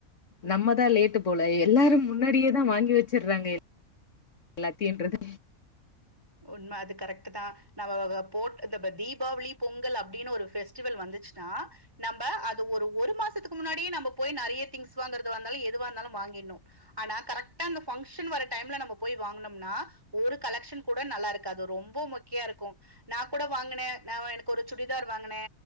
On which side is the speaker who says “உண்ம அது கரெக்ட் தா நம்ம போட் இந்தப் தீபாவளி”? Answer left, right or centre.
Right